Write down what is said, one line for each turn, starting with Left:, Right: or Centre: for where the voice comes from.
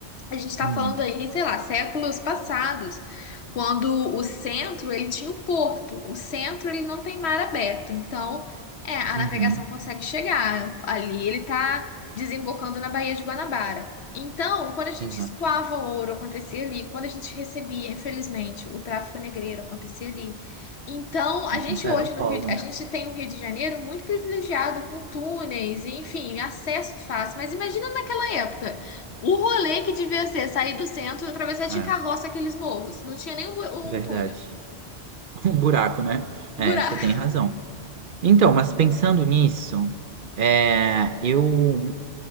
Left: A gente está
Right: Hum,
Left: falando aí, sei lá, séculos passados, quando o centro ele tinha o porto. O centro ele não tem mar aberto, então é, a
Right: uhum,
Left: navegação consegue chegar ali. Ele está desembocando na Baía de Guanabara. Então, quando a gente
Right: exato.
Left: escoava ouro, acontecia ali. Quando a gente recebia, infelizmente, o tráfico negreiro acontecia ali. Então, a
Right: Uhum.
Left: gente
Right: Era
Left: hoje
Right: o
Left: no
Right: polo,
Left: Rio, a
Right: né?
Left: gente tem um Rio de Janeiro muito privilegiado com túneis e, enfim, acesso fácil. Mas imagina naquela época. O rolê que devia ser sair do centro e atravessar de
Right: É,
Left: carroça aqueles morros. Não tinha nem um, bu-
Right: verdade.
Left: um túnel.
Right: <laughs> Um buraco, né?
Left: Buraco.
Right: É, você tem razão. Então, mas pensando nisso, é, eu